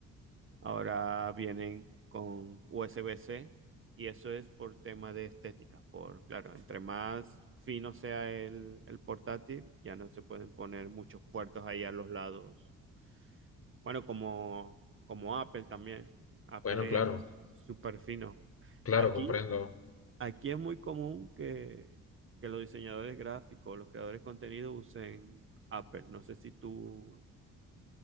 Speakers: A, on the right (about 35°); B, on the left (about 40°).
A: Ahora vienen con USB-C y eso es por tema de estética, por claro, entre más fino sea el, el portátil, ya no se pueden poner muchos puertos ahí a los lados. Bueno, como, como Apple también. Apple
B: Bueno, claro,
A: es súper fino.
B: claro,
A: Aquí
B: comprendo.
A: Aquí es muy común que, que los diseñadores gráficos, los creadores de contenido usen Apple. No sé si tú